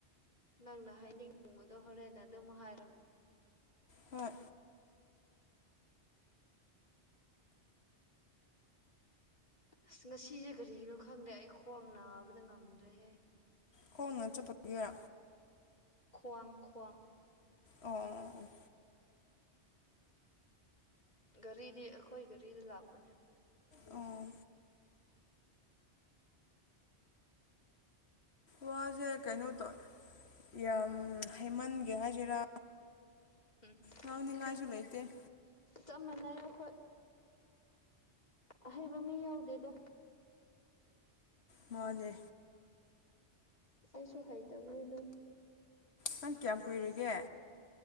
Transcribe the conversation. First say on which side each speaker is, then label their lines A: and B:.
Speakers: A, on the left; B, on the left.
A: ꯅꯪꯅ ꯍꯥꯏꯅꯤꯡꯅꯤꯡꯕꯗꯣ ꯍꯣꯔꯦꯟꯅ ꯑꯗꯨꯝ ꯍꯥꯏꯔꯣ
B: ꯍꯣꯏ
A: ꯑꯁ ꯉꯁꯤꯁꯦ ꯀꯔꯤꯒꯤꯅꯣ ꯈꯪꯗꯦ ꯑꯩ ꯈ꯭ꯋꯥꯡ ꯅꯥꯕꯗ ꯉꯝꯗ꯭ꯔꯦꯍꯦ
B: ꯈꯣꯡꯅꯅ ꯆꯠꯄꯒꯤꯔꯥ
A: ꯈ꯭ꯋꯥꯡ ꯈ꯭ꯋꯥꯡ
B: ꯑꯣ
A: ꯒꯥꯔꯤꯗꯤ ꯑꯩꯈꯣꯏ ꯒꯥꯔꯤꯗ ꯂꯥꯛꯄꯅꯦ
B: ꯑꯣ ꯋꯥꯁꯦ ꯀꯩꯅꯣ ꯇꯧ ꯌꯥꯝ ꯍꯥꯏꯩꯃꯟꯒꯦ ꯍꯥꯏꯁꯤꯔꯥ
A: ꯎꯝ
B: ꯉꯥꯡꯅꯤꯡꯉꯥꯏꯁꯨ
A: ꯑꯗꯨꯅ
B: ꯂꯩꯇꯦ
A: ꯆꯞ ꯃꯥꯟꯅꯩ ꯑꯩꯈꯣꯏ ꯑꯍꯩꯕ ꯃꯤ ꯌꯥꯎꯗꯦꯗ
B: ꯃꯅꯦ
A: ꯑꯩꯁꯨ ꯍꯩꯇꯕꯅꯦ ꯑꯗꯨꯝ
B: ꯅꯪ ꯀꯌꯥꯝ ꯀꯨꯏꯔꯒꯦ